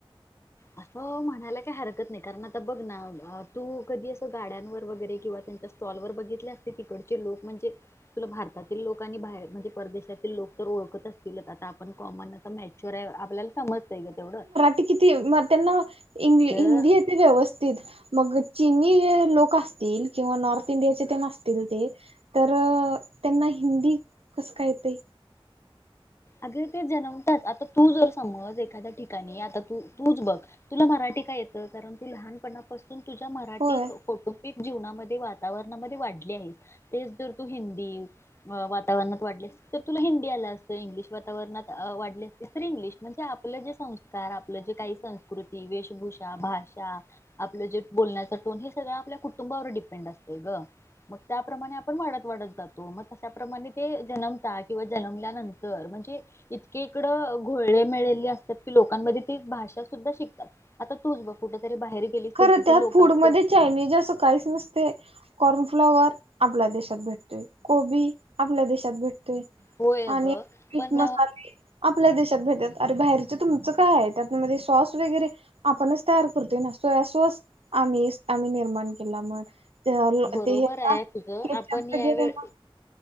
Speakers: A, on the left; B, on the right.
A: असं म्हणायला काही हरकत नाही कारण आता बघ ना तू कधी असं गाड्यांवर वगैरे किंवा त्यांच्या स्टॉलवर बघितले असतील तिकडचे लोक म्हणजे तुला भारतातील लोक आणि बाहेर म्हणजे परदेशातील लोक तर ओळखत असतीलच आता आपण कॉमन आता मॅच्युर आहे आपल्याला समजतंय की तेवढं
B: ते किती मग त्यांना इंग्लि
A: जर
B: हिंदी येतंय व्यवस्थित मग चीनी हे लोक असतील किंवा नॉर्थ इंडियाचे तेन असतील ते तर त्यांना हिंदी कस काय येतंय
A: अग ते जन्मतात आता तू जर समज एखाद्या ठिकाणी आता तू तूच बघ तुला मराठी काय येतं कारण तू लहानपणा पासून तू तूझ्या मराठी
B: होय
A: कौटुंबिक जीवनामध्ये वातावरणामध्ये वाढले आहे तेच जर तू हिंदी वातावरणात वाढलीस तर तुला हिंदी आल असत. तू जर इंग्लिश वातावरणात अ वाढली असतीस तर इंग्लिश म्हणजे आपलं जे संस्कार आपलं जे काही संस्कृती, वेशभूषा, भाषा आपलं जे बोलण्याचा टोन हे सगळं आपल्या कुटुंबावर डिपेंड असतय ग मग त्याप्रमाणे आपण वाढत वाढत जातो मग तशा प्रमाणे ते जन्मतात किंवा जन्मल्यानंतर तर म्हणजे इतके इकडं घोळेमिळेले असतात की लोकांमध्ये ती भाषा सुद्धा शिकतात आता तूच बघ कुठेतरी बाहेर गेलीस
B: खरं
A: तर तिथील
B: त्या
A: लोकांच
B: फूड मधे चायनीज असं काहीच नसतंय कॉर्नफ्लाॉवर आपल्या देशात भेटतोय कोबी आपल्या देशात भेटतोय भेटतय
A: होय अगं
B: आणि मीठ
A: पण
B: मसाले आपल्या देशात भेटात आरे बाहेरचं तुमचं काय आहे त्यात म्हणजे सॉस वगैरे आपणच तयार करतोय ना सोया सॉस आम्ही. आम्ही निर्माण केला म्हण ते हा.
A: बरोबर
B: ते यांच्यात
A: आहे तुझं
B: ठेच्यात
A: आपण यावे
B: वगैरे मग